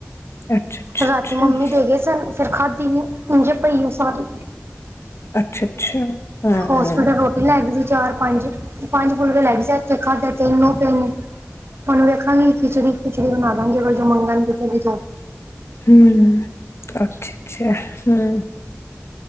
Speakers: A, on the left; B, on the right.
A: ਅੱਛਾ ਅੱਛਾ
B: ਰਾਤੀ
A: ਅੱਛਾ
B: ਮੰਮੀ ਦੇਗੇ ਸਨ ਫਿਰ ਖਾਦੀ ਨ ਇਝੇ ਪਈ ਆ ਸਾਰੀ
A: ਅੱਛਾ ਅੱਛਾ, ਹੂੰ ਹੂੰ,
B: ਹੋਸਪਿਟਲ ਰੋਟੀ ਲੈ ਗਈ ਸੀ ਚਾਰ ਪੰਜ ਪੰਜ ਫੁਲਕੇ ਲੱਗ ਜਾ ਇਥੇ ਖਾਧੇ ਤਿੰਨ ਓਹ ਪਏ ਨੇ ਉਹਨੂੰ ਵੇਖਾਂਗੀ ਖਿਚੜੀ ਖੁਚੜੀ ਬਣਾ ਦਾਂ ਗੀ ਅਰ ਜੋ ਮੰਗਣਗੇ ਤੇ ਵੀ ਤ
A: ਹੂੰ, ਅੱਛਾ ਅੱਛਾ ਹੂੰ,